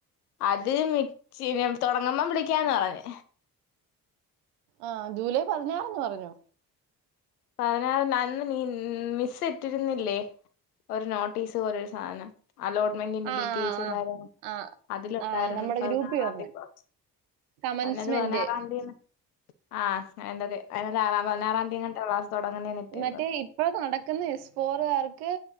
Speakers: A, on the left; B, on the right.
A: അത് മി <unintelligible> തൊടങ്ങുമ്പം വിളിക്കാന്ന് പറഞ്
B: ആ ജൂലൈ പതിനാറ്ന്ന് പറഞ്ഞു
A: പതിനാറിന്ന് അന്ന് നീ മിസ് ഇട്ടിരുന്നില്ലേ ഒരു നോട്ടീസ് പോലൊരു സാധനം അലോട്ട്മെന്റിന്റെ
B: ആഹ്
A: ഡീറ്റെയിൽസും
B: ആഹ്
A: കാര്യങ്ങളും
B: ആഹ്
A: അതിലുണ്ടായിരുന്നു
B: ആഹ് നമ്മുടെ
A: പതിനാറാംതി
B: ഗ്രൂപ്പിൽ വന്ന്
A: ക്ലാസ്സ്‌
B: കമൻസ്മെന്റ്
A: അതിനകത്ത് പതിനാറാംന്തീന്ന് ആഹ് വേണ്ടത് <unintelligible> പതിനാറാംന്തി എങ്ങാണ്ടാ ക്ലാസ്സ്‌ തൊടങ്ങുന്നേ നിട്ടിരുന്നത്.
B: മറ്റേ ഇപ്പൊ നടക്കുന്ന എസ് ഫോറുകാർക്ക്